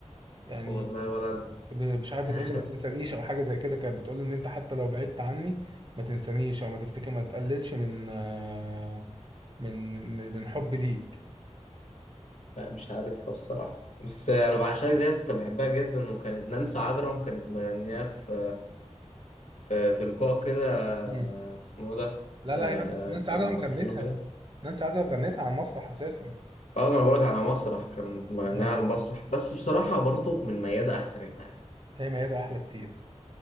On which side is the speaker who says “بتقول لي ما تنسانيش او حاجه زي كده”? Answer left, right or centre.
Right